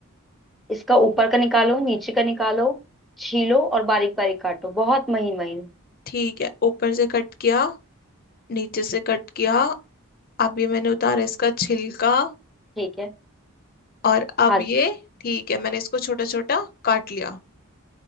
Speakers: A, in the centre; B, on the left.
A: इसका ऊपर का निकालो नीचे का निकालो छीलो और बारीक बारीक काटो बहुत महीन महीन
B: ठीक है ऊपर से कट किया नीचे से कट किया अब ये मैंने उतारा इसका छिलका
A: ठीक है
B: और अब
A: हाँ
B: ये
A: जी
B: ठीक है मैंने इसको छोटा छोटा काट लिया